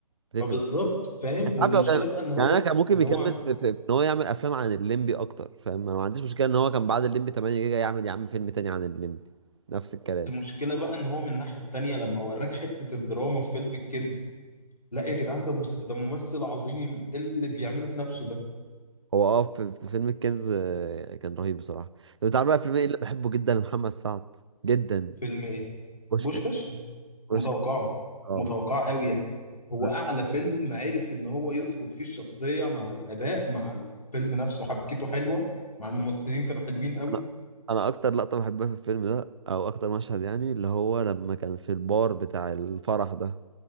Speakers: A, on the right; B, on the left.
A: بتقفل
B: فبالظبط فاهم
A: انت
B: والمشكلة
A: عارف لو كان
B: بقى ان هو
A: يعني انا كان ممكن
B: ان
A: يكمل
B: هو
A: في, في... في ان هو يعمل افلام عن الليمبي اكتر فاهم انا ما عنديش مشكله ان هو كان بعد الليمبي 8 جيجا يعمل يا عم فيلم تاني عن الليمبي نفس الكلام
B: المشكلة بقى ان هو من الناحية التانية لما وراك حتة الدراما في فيلم الكنز لا يا جدعان ده مس... ده ممثل عظيم إيه اللي بيعمله في نفسه ده
A: هو اه في, في فيلم الكنز آه، كان رهيب بصراحه طب انت عارف بقى فيلم ايه اللي بحبه جدا لمحمد سعد جدا
B: فيلم ايه
A: بوشكاش
B: بوشكاش متوقعة
A: بوشكاش اه
B: متوقعة قوي هو
A: ده
B: اعلى فيلم عرف ان هو يظبط فيه الشخصيه مع الاداء مع الفيلم نفسه حبكته حلوه مع الممثلين كانوا حلوين قوي
A: انا انا اكتر لقطه بحبها في الفيلم ده او اكتر مشهد يعني اللي هو لما كان في البار بتاع الفرح ده